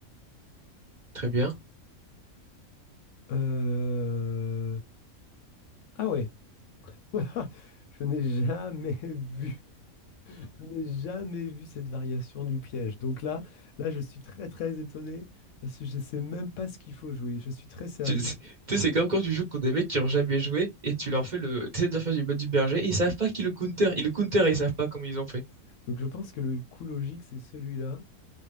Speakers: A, on the right; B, on the left.
A: Très bien.
B: Euh, Ah ouais. <laughs> Je n'ai jamais <laughs> vu, je n'ai jamais vu cette variation du piège. Donc là, là, je suis très très étonné parce que je ne sais même pas ce qu'il faut jouer. Je suis très sérieux.
A: Tu c'est- tu sais, c'est comme quand tu joues contre des mecs qui ont jamais joué et tu leur fais le. Tu essaies de leur faire du mode du berger et ils savent pas qui le counter. Ils le counter et ils savent pas comment ils ont fait.
B: Donc je pense que le coup logique, c'est celui-là.